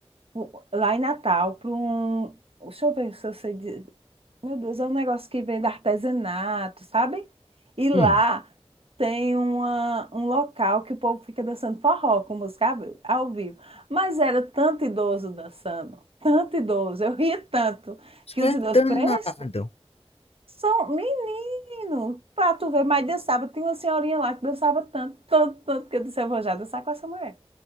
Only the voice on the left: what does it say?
Hum,
isso
vai
danado.